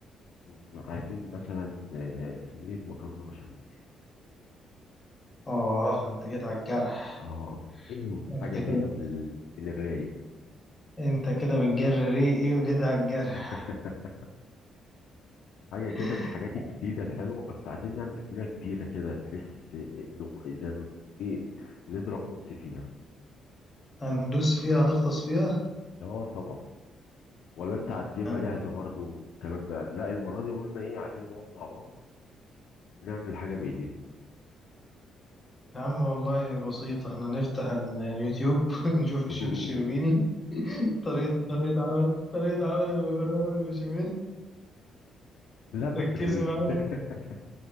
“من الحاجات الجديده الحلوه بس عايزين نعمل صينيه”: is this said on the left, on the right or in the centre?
Left